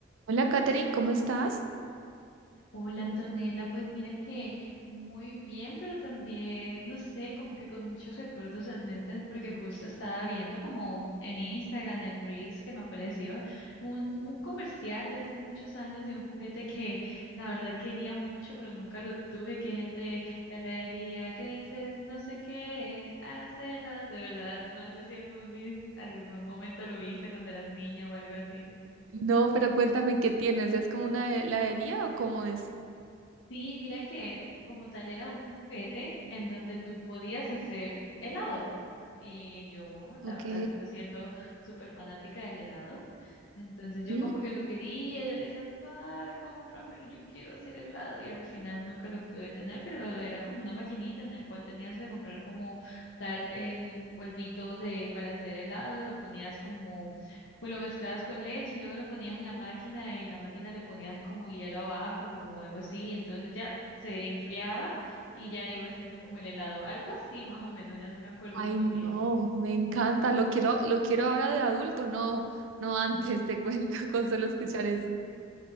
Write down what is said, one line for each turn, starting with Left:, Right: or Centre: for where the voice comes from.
Right: Hola, Katherine, ¿cómo estás?
Left: Hola Antonella, pues mira que muy bien, pero también, no sé, como que con muchos recuerdos en mente, porque justo estaba viendo como en Instagram, en Reels, que me apareció un, un comercial de hace muchos años de un juguete que la verdad quería mucho, pero nunca lo tuve, que es el de la heladería, que dice no sé qué, hace las de verdad, no sé si algún, vi- algún momento lo viste cuando eras niña o algo así.
Right: No, pero cuéntame qué tienes. ¿Es como una heladería o cómo es?
Left: Sí, mira que como tal era un juguete en donde tú podías hacer helado. Y yo, la
Right: Ok.
Left: verdad, sigo siendo súper fanática del helado. Entonces yo
Right: Sí.
Left: como que lo quería, yo le decía, pa, cómpramelo, yo quiero hacer helado. Y al final nunca lo pude tener, pero era como una maquinita en el cual tenías que comprar como tal el polvito de para hacer helado, lo ponías como pues lo mezclabas con leche y luego lo ponías en la máquina y en la máquina le ponías como hielo abajo o algo así, entonces ya se enfriaba y ya iba haciendo como el helado, algo así más o menos, ya no me acuerdo
Right: Ay,
Left: muy bien.
Right: no, me encanta. Lo quiero, lo quiero ahora de adulto, no, no antes, te cuento, <laughs> con solo escuchar eso.